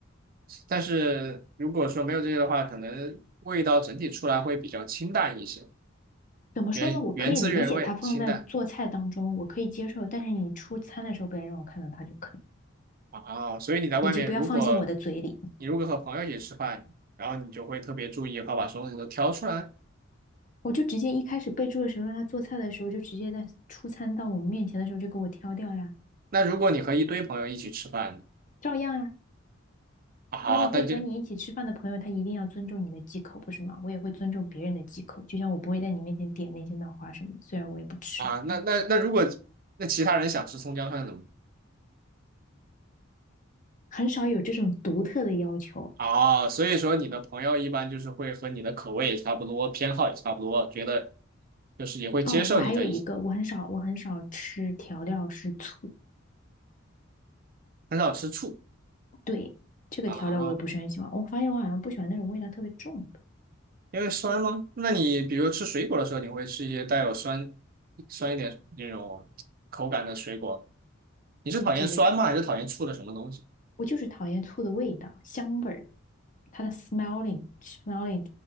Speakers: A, on the right; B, on the left.
A: 但是如果说没有这些的话，可能味道整体出来会比较清淡一些，
B: 怎么说呢？
A: 原原汁原味，
B: 我可以理解它放在做菜当中，
A: 清淡。
B: 我可以接受，但是你出餐的时候不要让我看到它就可以。
A: 啊，所以你在外面，
B: 以及不要放进我的嘴里。
A: 如果你如果和朋友一起吃饭，然后你就会特别注意和把所有东西都挑出来。
B: 我就直接一开始备注的时候，让他做菜的时候，就直接在出餐到我们面前的时候就给我挑掉呀，
A: 那如果你和一堆朋友一起吃饭，
B: 照样呀。
A: 啊，
B: 因为会和你一起吃饭的朋友，
A: 那就
B: 他一定要尊重你的忌口，不是吗？我也会尊重别人的忌口，就像我不会在你面前点那些脑花什么虽然我也不吃，
A: 啊，那那那如果那其他人想吃葱姜蒜怎么办？
B: 很少有这种独特的要求。
A: 啊，所以说你的朋友一般就是会和你的口味也差不多，偏好也差不多，觉得就是也会接受你的一些，
B: 哦，我还有一个，我很少，我很少吃调料是醋，
A: 很少吃醋
B: 对，这个调料我也不是很喜欢。
A: 啊，
B: 我发现我好像不喜欢那种味道特别重的，
A: 因为酸吗？那你比如吃水果的时候，你会吃一些带有酸酸一点那种口感的水果你是讨厌酸吗？
B: 你只
A: 还是讨厌醋的什么东西？
B: 我就是讨厌醋的味道，香味儿。它的 smelling smelling，